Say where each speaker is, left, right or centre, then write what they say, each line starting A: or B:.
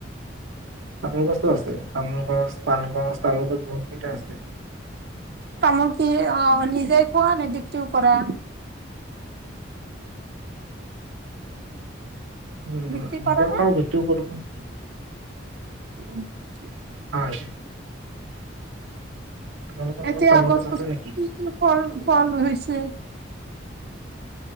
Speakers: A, on the right; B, on the right.
A: তামোল গছো আছে। তামোল গছ, পান গছ, তামোল গছ বহুত কেইটা আছে।
B: তামোল কি অঁ নিজে খোৱা নে বিক্ৰীও কৰা?
A: উম!
B: বিক্ৰী
A: নিজেও
B: কৰা নে?
A: খাওঁ, বিক্ৰীও কৰোঁ।
B: <unintelligible>
A: হয়। তোমালোকৰ
B: এতিয়া
A: ঘৰত তামোল
B: গছ-গছনি
A: গছ আছে নেকি
B: কি-কি ফল-ফল হৈছে?